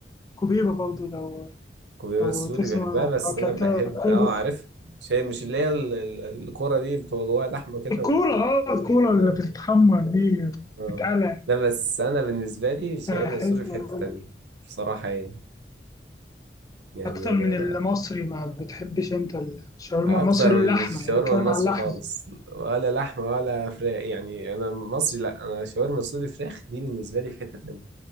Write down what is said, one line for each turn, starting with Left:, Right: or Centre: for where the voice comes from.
Left: كوبيبة برضو لو
Right: الكوبيبه
Left: لو
Right: السوري
Left: تسمع
Right: بحبها بس
Left: لو أكلتها
Right: انا بحب
Left: كوبي-
Right: اه عارف شيء مش اللي هي ال- ال- الكرة دي بتبقى جواها لحمه كده
Left: الكورة
Right: و...
Left: اه الكورة اللي
Right: اه
Left: بتتحمر دي
Right: اه
Left: بتتقلع
Right: لا بس انا بالنسبه لي الشاورما
Left: آه، حلوة
Right: السوري في حته
Left: أوي.
Right: تانية بصراحه يعني يعني
Left: أكتر
Right: انا
Left: من المصري ما بتحبش أنت الشاورما
Right: انا
Left: المصري
Right: اكتر من
Left: اللحمة
Right: الشاورما
Left: يعني بتكلم
Right: المصري
Left: على اللحمة
Right: خالص ولا لحمه ولا فراخ يعني انا مصري لا انا شاورما سوري فراخ دي بالنسبه لي في حته تانية